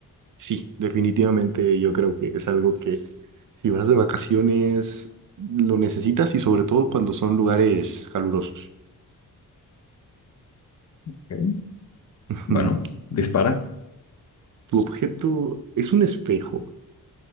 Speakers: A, on the right (about 55°); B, on the left (about 45°).
A: Sí, definitivamente yo creo que es algo que si vas de vacaciones lo necesitas y sobre todo cuando son lugares calurosos.
B: Ok.
A: Ujú.
B: Bueno, dispara.
A: ¿Tu objeto es un espejo?